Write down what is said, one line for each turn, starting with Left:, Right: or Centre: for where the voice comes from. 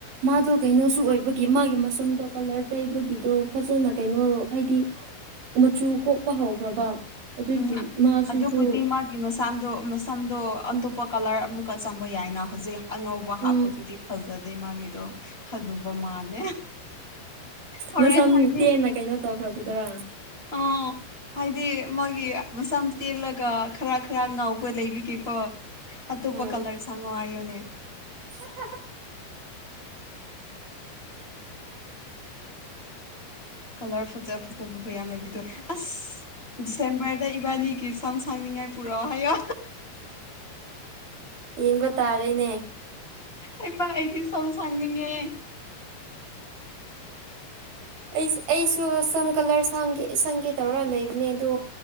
Right: ꯃꯥꯗꯣ ꯀꯩꯅꯣꯁꯨ ꯑꯣꯏꯕꯒꯤ ꯃꯥꯒꯤ ꯃꯁꯝꯗꯣ ꯀꯂꯔ ꯇꯩꯕꯒꯤꯗꯣ ꯐꯖꯅ ꯀꯩꯅꯣ ꯍꯥꯏꯗꯤ ꯃꯆꯨ ꯀꯣꯛꯄ ꯍꯧꯈ꯭ꯔꯕ ꯑꯗꯨꯒꯤ
Left: ꯎꯝ
Right: ꯃꯥꯁꯤꯁꯨ
Left: ꯑꯗꯨꯕꯨꯗꯤ ꯃꯥ ꯃꯁꯥꯗꯣ ꯃꯁꯝꯗꯣ ꯑꯇꯣꯞꯄ
Right: ꯎꯝ
Left: ꯀꯂꯔ ꯑꯃꯨꯛꯀ ꯆꯪꯕ ꯌꯥꯏꯅ ꯍꯧꯖꯤꯛ ꯑꯉꯧꯕ ꯍꯥꯞꯄꯗꯨꯗꯤ
Right: ꯎꯝ
Left: ꯐꯖꯗꯦ ꯃꯥꯒꯤꯗꯣ ꯈꯅꯨꯕ ꯃꯥꯜꯂꯦ ꯍꯧꯔꯦꯟ
Right: ꯃꯁꯝ
Left: ꯍꯥꯏꯗꯤ
Right: ꯇꯦꯟꯅ ꯀꯩꯅꯣ ꯇꯧꯈ꯭ꯔꯕꯗꯨꯔꯥ
Left: ꯑꯥ ꯍꯥꯏꯗꯤ ꯃꯥꯒꯤ ꯃꯁꯝ ꯇꯦꯜꯂꯒ ꯈꯔ ꯈꯔ ꯉꯥꯎꯕ ꯂꯩꯕꯒꯦꯀꯣ ꯑꯇꯣꯞꯄ
Right: ꯎꯝ
Left: ꯀꯂꯔ ꯁꯪꯉꯣ ꯍꯥꯏꯌꯣꯅꯦ
Right: <unintelligible>
Left: ꯀꯂꯔ ꯐꯖꯕ ꯐꯖꯕꯕꯨ ꯌꯥꯝ ꯂꯩꯕꯤꯗꯣ ꯑꯁ ꯗꯤꯁꯦꯝꯕꯔꯗ ꯏꯕꯥꯅꯤꯒꯤ ꯏꯁꯝ ꯁꯥꯡꯅꯤꯡꯉꯥꯏ ꯄꯨꯔꯛꯑꯣ ꯍꯥꯏꯌꯣ
Right: ꯌꯦꯡꯕ ꯇꯥꯔꯦꯅꯦ
Left: ꯑꯩꯕ ꯑꯩꯗꯤ ꯁꯝ ꯁꯥꯡꯅꯤꯡꯉꯦ
Right: ꯑꯩ ꯑꯩꯁꯨ ꯁꯝ ꯀꯂꯔ ꯁ‌ꯪꯒ‌ꯦ ꯁꯪꯒꯦ ꯇꯧꯔ ꯂꯩꯕꯅꯦ ꯑꯗꯣ